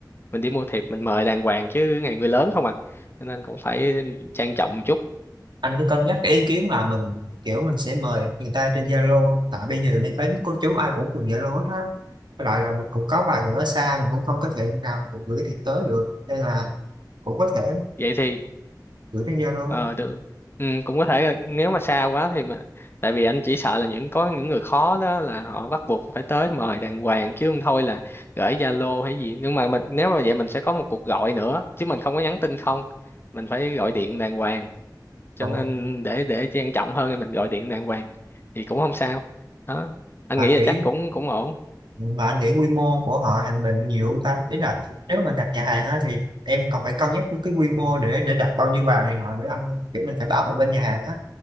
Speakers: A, on the left; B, on the right.
A: mình đi mua thiệp mình mời đàng hoàng chứ ngày người lớn không à cho nên cũng phải trang trọng một chút
B: anh cứ cân nhắc cái ý kiến là mình kiểu mình sẽ mời người ta trên Zalo tại bây giờ mình thấy cô chú ai cũng dùng Zalo hết á Với lại là cũng có vài người ở xa mình cũng không có thể nào mà gửi thiệp tới được nên là cũng có thể
A: vậy thì
B: gửi trên Zalo
A: ờ được ừ, cũng có thể là nếu mà xa quá thì mà tại vì anh chỉ sợ là những có những người khó đó là họ bắt buộc phải tới mời đàng hoàng chứ không thôi là gửi Zalo hay gì nhưng mà mình nếu mà vậy mình sẽ có một cuộc gọi nữa chứ mình không có nhắn tin không mình phải gọi điện đàng hoàng cho
B: còn
A: nên để để trang trọng hơn thì mình gọi điện đàng hoàng thì cũng không sao đó anh
B: mà
A: nghĩ
B: anh nghĩ
A: là chắc cũng cũng ổn
B: mà anh nghĩ quy mô của họ hàng mình nhiều không ta ý là nếu mà đặt nhà hàng á thì em còn phải cân nhắc với cái quy mô để để đặt bao nhiêu bàn này nọ nữa anh ơi. kiểu mình phải báo ở bên nhà hàng á